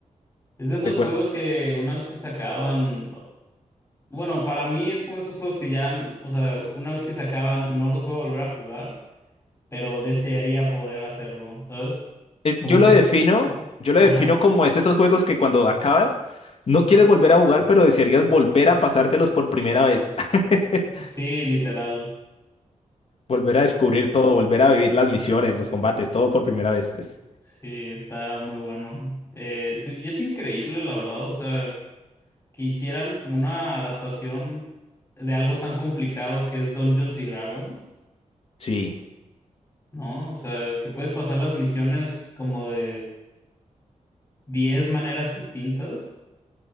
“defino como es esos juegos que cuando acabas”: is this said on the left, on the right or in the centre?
Left